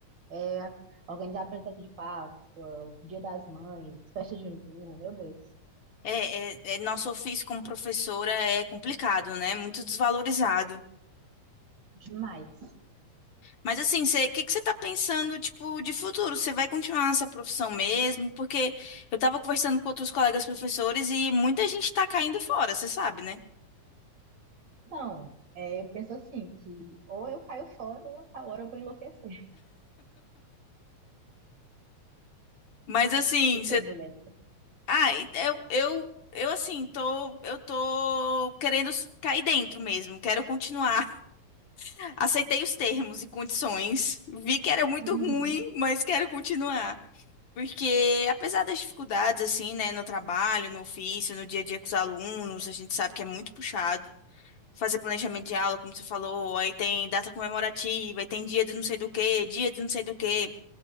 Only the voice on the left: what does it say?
É, é, é, nosso ofício como professora é complicado, né? Muito desvalorizado.
Mas assim, o que que você tá pensando, tipo, de futuro? Você vai continuar nessa profissão mesmo? Porque eu tava conversando com outros colegas professores e muita gente tá caindo fora, você sabe, né?
Mas assim,
você...
Ai, eu, eu, eu assim, tô, eu tô querendo s- cair dentro mesmo, quero continuar. Aceitei os termos e condições, vi que era muito
ruim, mas quero continuar. Porque, apesar das dificuldades, assim, né, no trabalho, no ofício, no dia a dia com os alunos, a gente sabe que é muito puxado. Fazer planejamento de aula, como você falou, aí tem data comemorativa, aí tem dia de não sei do quê, dia de não sei do quê.